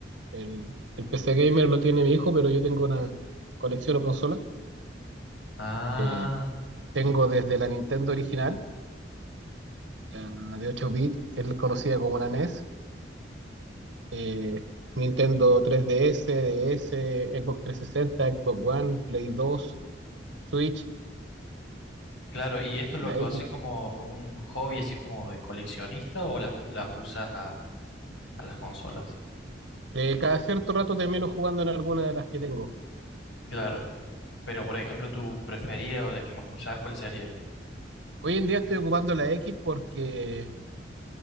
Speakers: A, on the right; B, on the left.
A: el, el PC Gamer lo tiene mi hijo, pero yo tengo una colección de consolas,
B: Ah,
A: Eh, tengo desde la Nintendo original la de 8 bits, que es conocida como la NES, eh, Nintendo 3DS, DS, Xbox 360, Xbox One, Play 2, Switch,
B: claro, ¿y esto lo,
A: la
B: lo
A: X.
B: haces como, como un hobby, así como de coleccionista o las, u- las usas a, a las consolas?
A: Eh, cada cierto rato termino jugando en alguna de las que tengo.
B: Claro, pero por ejemplo, tu preferida o la que más usás, ¿cuál sería?
A: Hoy en día estoy ocupando la X porque